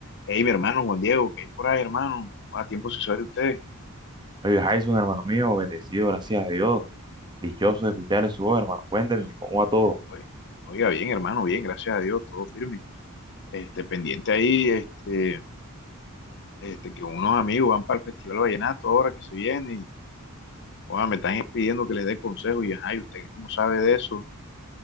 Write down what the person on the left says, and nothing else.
Hey, mi hermano Juan Diego, ¿qué hay por ahí, hermano? A tiempo se sabe de usted.
Oye, Oiga, bien, hermano, bien, gracias a Dios, todo firme. Este, pendiente ahí, este, este, que unos amigos van para el Festival Vallenato ahora que se viene y, oiga, me están pidiendo que les dé consejos y, ajá y ¿usted cómo sabe de eso?